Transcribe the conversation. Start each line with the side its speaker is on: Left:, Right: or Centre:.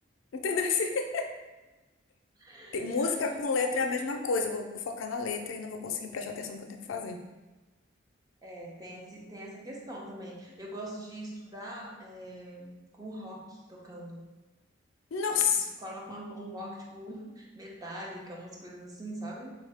Left: Entendeu? <laughs>
Right: <laughs>
Left: Tem- Música
Right: Caraca.
Left: com letra é a mesma coisa. Eu vou focar na letra e não vou conseguir prestar atenção no que eu tenho que fazer.
Right: É, tem esse, tem essa questão também. Eu gosto de estudar é, com rock tocando.
Left: Nossa,
Right: Tipo, coloca uma- um rock, tipo, <laughs> metálica, umas coisas assim, sabe?